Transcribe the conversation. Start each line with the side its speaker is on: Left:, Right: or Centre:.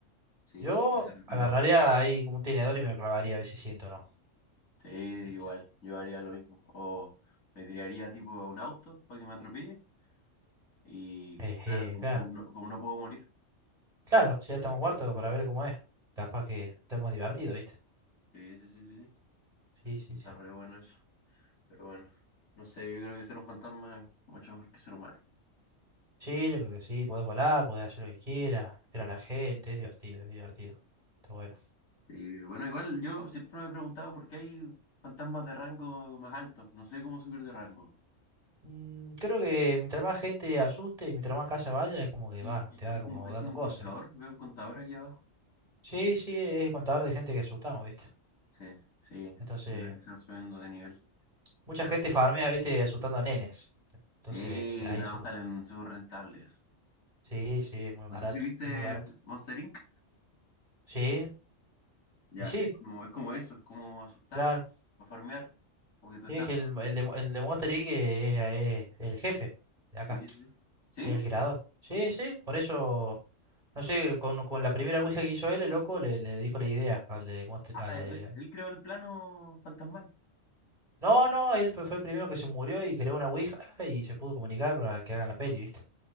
Left: Sí,
Right: Yo
Left: es, es
Right: agarraría
Left: raro.
Right: ahí como un tenedor y me lo clavaría a ver si siento o no,
Left: Sí, igual,
Right: ¿viste? <laughs>
Left: yo haría lo mismo. O me tiraría tipo a un auto para que me atropelle. Y
Right: Eh,
Left: claro,
Right: eh,
Left: como,
Right: claro.
Left: como no, como no puedo morir.
Right: Claro, si ya estamos muertos para ver cómo es. Capaz que estamos divertidos, ¿viste?
Left: Sí, sí, sí, sí. sí.
Right: Sí, sí,
Left: Está
Right: sí.
Left: re bueno eso. Pero bueno, no sé, yo creo que ser un fantasma es mucho mejor que ser humano.
Right: Sí, yo creo que sí. Podés volar, podés hacer lo que quieras, esperar a la gente. Es divertido, es divertido. Está bueno.
Left: Y bueno, igual yo siempre me he preguntado por qué hay fantasmas de rango más altos. No sé cómo subir de rango.
Right: Mm, creo que mientras más gente asuste y mientras más casa vaya, es como que
Left: Sí,
Right: va,
Left: hay,
Right: te va
Left: hay
Right: como
Left: como, hay
Right: dando
Left: como un
Right: cosas,
Left: contador,
Right: ¿viste?
Left: veo un contador aquí abajo.
Right: Sí, sí, es el contador de gente que asustamos, ¿viste?
Left: Sí, sí,
Right: Entonces,
Left: organizan subiendo de nivel.
Right: mucha gente farmea, ¿viste? Asustando a nenes.
Left: Sí,
Right: Entonces, de ahí
Left: nada,
Right: sube.
Left: salen súper rentables.
Right: Sí, sí, es muy barato,
Left: No sé si viste
Right: es muy barato.
Left: Monster Inc.
Right: Sí,
Left: Ya,
Right: y sí,
Left: es como, es como eso, es como asustar
Right: claro.
Left: o farmear, porque que tu estatus.
Right: Sí, que el, el de, el de Monster Inc. es, es el jefe de acá,
Left: Sí, sí. ¿Sí? ¿Sí?
Right: es el creador. Sí, sí, por eso, no sé, con, con la primera Ouija que hizo él, el loco le, le dijo la idea al de Monster,
Left: Ah,
Right: al de...
Left: él, él creó el plano fantasmal.
Right: No, no, él fue el primero que se murió y creó una Ouija y se pudo comunicar para que hagan la peli, ¿viste?